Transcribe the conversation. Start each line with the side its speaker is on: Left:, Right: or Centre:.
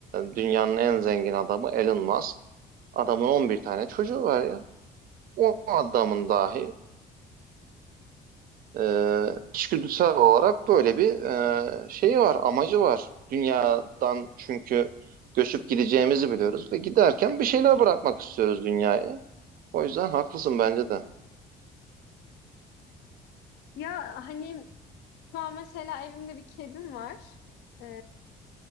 Right: dünyanın en zengin adamı Elon Musk. Adamın 11 tane çocuğu var ya. O adamın dahi Ee, içgüdüsel olarak böyle bir e, şeyi var, amacı var. Dünyadan çünkü göçüp gideceğimizi biliyoruz ve giderken bir şeyler bırakmak istiyoruz dünyaya. O yüzden haklısın bence de.
Left: Ya hani şu an mesela evimde bir kedim var. E,